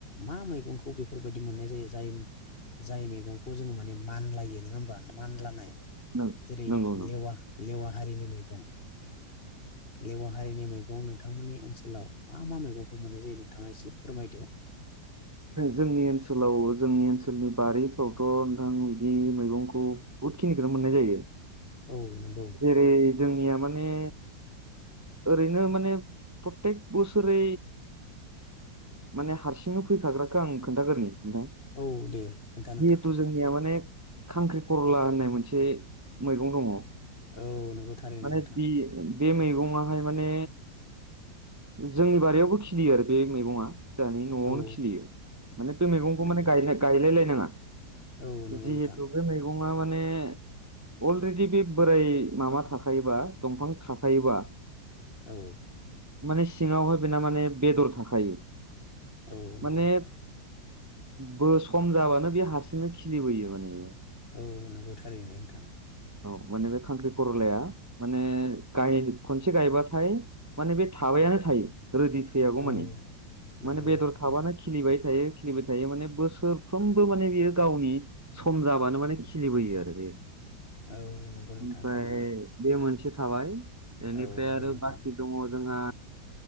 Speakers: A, on the left; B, on the right.
A: मा मैगंखौ बेफोर बायद दि मोननाय जायो। जाय जाय मेगंखौ जोङो माने मानलायो नङा होमबा? मानलानाय
B: नों
A: जेरै
B: नंगौ नों
A: लेवा लेवा हारिनि मैगं लेवा हारिनि मैग गं नोंथांमोननि ओनसोलाव मा मा मैगंखौ मोननाय जायो नोंथाङा इसे फोरमायदो।
B: जोंनि ओनसोलाव जोंनि ओनसोलनि बारिफ्रावथ' नोंथां बिदि मैगंखौ बुहुद खिनिखोनो मोननाय जायो।
A: औ नंगौ
B: जेरै जोंनिया माने ओरैनो माने प्रथेक बोसोरै माने हारसिंनो फैखाग्राखो आं खोन्थाग्रोनि। नोंथां
A: औ दे खोन्था नोंथां
B: जिहेथु जोंनिया माने खांख्रि खर'ला होननाय मोनसे मैगं दङ।
A: औ नोंगौ थारैनो
B: माने
A: नोंथां।
B: बे बे मैगङाहाय माने जोंनि बारियावबो खिलियो आरो बे मैगङा। जाहानि न'आवनो
A: औ
B: खिलियो माने बे मैगंखौ
A: नंगौ
B: माने गायलाय-गायलायलाय नाङा।
A: औ नंगौ
B: जिहेथु
A: नोंथां
B: बे मैगंआ माने। अलरेडि बे बोराय माबा थाखायोबा दंफां थाफायोबा।
A: औ।
B: माने सिङावहाय बेना माने बेदर थाखायो।
A: औ
B: माने
A: नंगौ नोंथां।
B: बो सम जाबानो बे हारसिंनो खिलिबोयो माने।
A: औ नोंगौ थारैनो नोंथां।
B: औ माने बे खांख्रि खरलाया माने गाय खनसे गायबाथाय माने बे थाब बायानो थायो। रोदि थैयागौ
A: औ
B: मानि‌,
A: नंगौ
B: माने बेदर थाबानो
A: नोंथां
B: खिलिबाय थायो। खिलिबाय थायो माने बोसोरफ्रोमबो माने बियो गावनि सम जाबानो माने खिलिबोयो आरो बे।
A: औ नंगौ नोंथां
B: ओमफाय
A: थारैनो
B: बे मोनस से थाबाय एनिफ्राय
A: औ नंगौ
B: आरो
A: नोंथां
B: बाखि दङ जोंहा